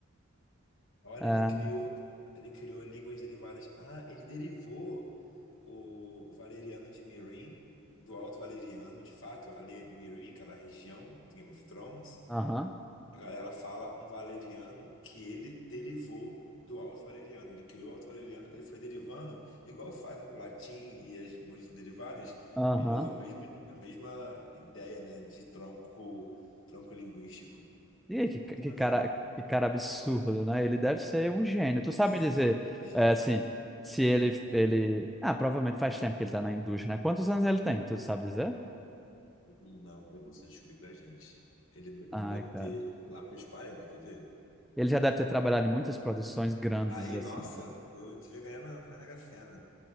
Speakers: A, on the left; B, in the centre.
A: Olha,
B: É,
A: ele criou, ele criou línguas derivadas. Ah, ele derivou o, o valeriano de Meereen do Alto Valeriano. De fato, ali Meereen, aquela região do Game of Thrones,
B: Aham,
A: a galera fala um valeriano que ele derivou do Alto Valeriano. Ele criou o Alto Valeriano, depois ele foi derivando, igual faz o latim e as línguas derivadas,
B: aham.
A: ele usou o mesmo, a mesma ideia, né, de tronco, tronco linguístico.
B: E aí, que, que
A: Muito maneiro.
B: cara, que cara absurdo, né? Ele deve ser um gênio.
A: Nossa,
B: Tu sabe me dizer,
A: um gênio.
B: é, assim, se ele, ele... Ah, provavelmente faz tempo que ele tá na indústria, né? Quantos anos ele tem? Tu sabe dizer?
A: Não, eu não sei descobrir pra gente. Ele deve
B: Ai,
A: ter
B: cara.
A: lá pros 40, quer ver?
B: Ele já deve ter trabalhado em muitas produções grandes,
A: Aí,
B: assim.
A: nossa, eu devia ganhar na, na Mega Sena.